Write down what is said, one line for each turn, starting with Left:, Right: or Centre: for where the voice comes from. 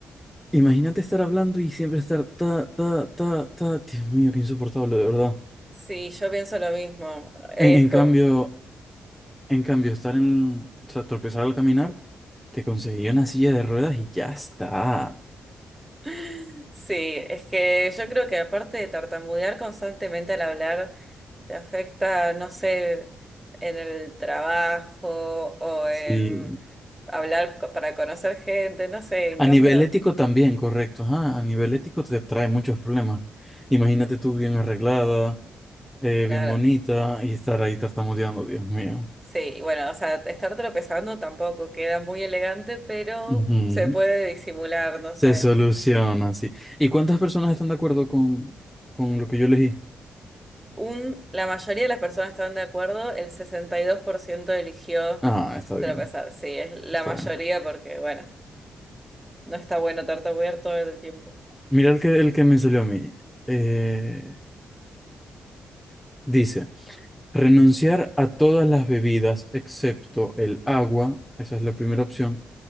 Centre: imagínate estar hablando y siempre estar ta, ta, ta, ta. Dios mío, qué insoportable, de verdad.
Right: Sí, yo pienso lo mismo. Es
Centre: En, en
Right: co-
Centre: cambio, En cambio, estar en, o sea, tropezar al caminar, te conseguí una silla de ruedas y ya está.
Right: <laughs> Sí, es que yo creo que aparte de tartamudear constantemente al hablar, te afecta, no sé, en el trabajo o en
Centre: Sí.
Right: hablar co- para conocer gente, no sé, en
Centre: A
Right: cambio,
Centre: nivel ético también, correcto. Ajá, a nivel ético te trae muchos problemas. Imagínate tú bien arreglada, eh,
Right: claro.
Centre: bien bonita y estar ahí tartamudeando, Dios mío.
Right: Sí, bueno, o sea, estar tropezando tampoco queda muy elegante, pero
Centre: Ujú.
Right: se puede disimular, no
Centre: Se
Right: sé.
Centre: soluciona, sí. ¿Y cuántas personas están de acuerdo con, con lo que yo elegí?
Right: Un, la mayoría de las personas están de acuerdo, el 62% eligió
Centre: Ah, está bien,
Right: tropezar. Sí, es la
Centre: está
Right: mayoría
Centre: bien.
Right: porque, bueno, no está bueno tartamudear todo el tiempo.
Centre: Mira el que, el que me salió a mí. Eh, dice. Renunciar a todas las bebidas excepto el agua, esa es la primera opción.